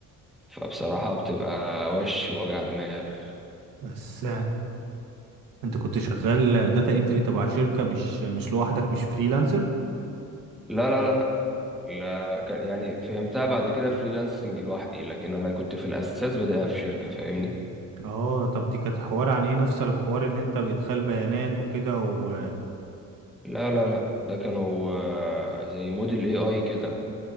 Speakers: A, in the centre; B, on the right.
A: فبصراحة بتبقى وش وجع دماغ
B: بس آه، انت كنت شغال داتا انتري تبع شركة مش مش لوحدك مش فريلانسر
A: لا لا لا لا كان يعني فهمتها بعد كده فريلانسنج لوحدي لكن انا كنت في الاساس بدأها في شركة فاهمني
B: اه طب دي كانت حوار عن ايه نفس الحوار اللي انت بادخال بيانات وكده و
A: لا لا لا ده كانوا آه، زي موديل اي اي كده